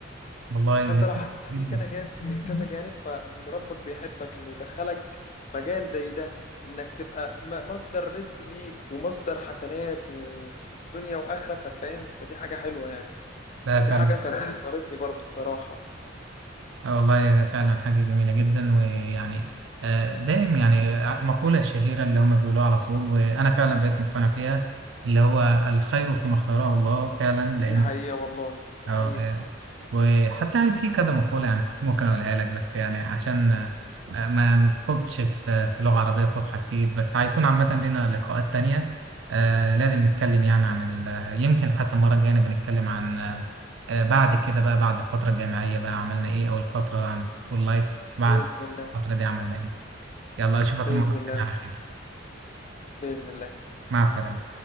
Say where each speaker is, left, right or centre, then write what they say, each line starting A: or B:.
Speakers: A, on the right; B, on the left.
A: والله
B: فانت
A: جميل
B: لو حسيت
A: جدا
B: من كذا جانب من كذا جانب فان ربك بيحبك انه يدخلك مجال زي ده انك تبقى م- مصدر رزق ليك ومصدر حسنات و- ودنيا واخره ففاهم فدي حاجه حلوه يعني
A: لا فعلا
B: دي حاجه كانت فاهم. فكرتني برضو بصراحه
A: آه، والله فعلا حاجة جميلة جدا ويعني آه، دايم يعني المقولة الشهيرة اللي هم بيقولوها على طول وأنا فعلا بقيت مقتنع فيها اللي هو الخير فيما اختاره الله فعلا لأن
B: دي حقيقه والله دي
A: اه
B: حقيقه
A: آه. وحتى يعني في كذا مقولة يعني كنت ممكن أقولها لك بس يعني عشان آه، ما نخوضش في في لغة عربية فصحى كتير بس هيكون عامة لنا لقاءات تانية آه، لازم نتكلم يعني عن ال... يمكن حتى المرة الجاية بنتكلم عن آه، آه، بعد كده بقى بعد الفترة الجامعية بقى عملنا إيه أو الفترة عن السكول لايف بعد
B: باذن الله
A: الفترة دي عملنا إيه يلا أشوفك
B: باذن
A: المرة
B: الله
A: الجاية على خير
B: باذن الله
A: مع السلامة